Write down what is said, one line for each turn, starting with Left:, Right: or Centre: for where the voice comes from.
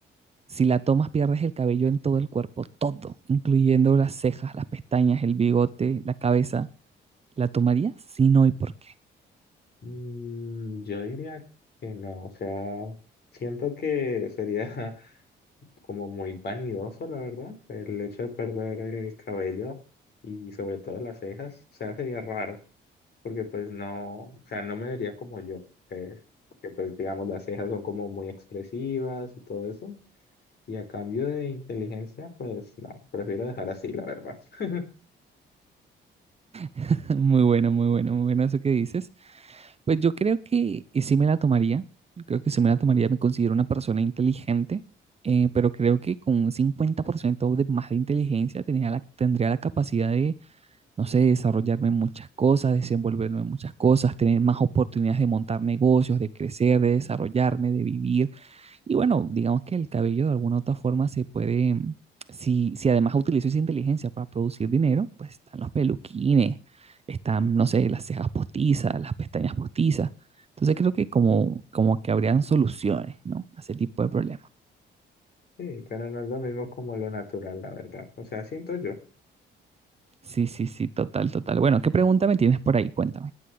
Right: si la tomas pierdes el cabello en todo el cuerpo, todo, incluyendo las cejas, las pestañas, el bigote, la cabeza. ¿La tomaría? Sí, no, ¿y por qué?
Left: Mm, yo diría que no, o sea, siento que sería <laughs> como muy vanidoso, la verdad, el hecho de perder el cabello y sobre todo las cejas, o sea, sería raro, porque pues no, o sea, no me vería como yo, que, que pues digamos las cejas son como muy expresivas y todo eso, y a cambio de inteligencia, pues no, prefiero dejar así, la verdad. <laughs>
Right: <laughs> Muy bueno, muy bueno, muy bueno eso que dices. Pues yo creo que eh, sí me la tomaría. Yo creo que sí me la tomaría. Me considero una persona inteligente, eh, pero creo que con un 50% de más de inteligencia tenía la- tendría la capacidad de, no sé, desarrollarme en muchas cosas, desenvolverme en muchas cosas, tener más oportunidades de montar negocios, de crecer, de desarrollarme, de vivir Y bueno, digamos que el cabello de alguna u otra forma se puede, mm, si, si además utilizo esa inteligencia para producir dinero, pues están los peluquines, están, no sé, las cejas postizas, las pestañas postizas. Entonces creo que como, como que habrían soluciones, ¿no? A ese tipo de problemas.
Left: Sí, pero no es lo mismo como lo natural, la verdad, o sea, siento yo.
Right: Sí, sí, sí, total, total. Bueno, ¿qué pregunta me tienes por ahí? Cuéntame.